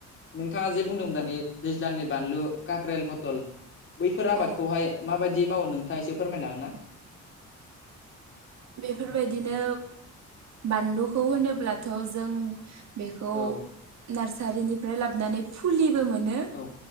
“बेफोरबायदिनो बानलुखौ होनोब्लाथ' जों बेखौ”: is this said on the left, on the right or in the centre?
Right